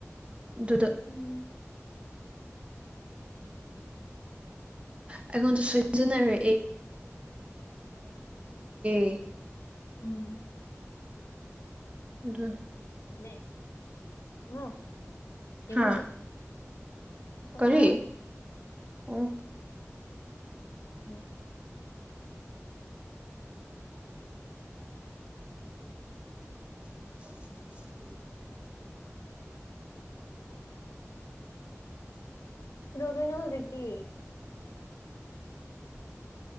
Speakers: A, on the right (about 25°); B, on the left (about 70°).
A: ꯑꯗꯨꯗ
B: ꯎꯝ
A: ꯑꯩꯉꯣꯟꯗ ꯁꯣꯏꯖꯅꯔꯦ <unintelligible>
B: ꯎꯝ
A: ꯑꯗꯨ
B: ꯍ ꯇꯉꯣ
A: ꯍꯥ
B: ꯍ
A: ꯀꯔꯤ
B: ꯀꯣ
A: ꯑꯣ
B: ꯎꯝ
A: <unintelligible>
B: ꯀꯩꯗꯣꯕꯅꯣ ꯍꯧꯖꯤꯛꯇꯤ <unintelligible>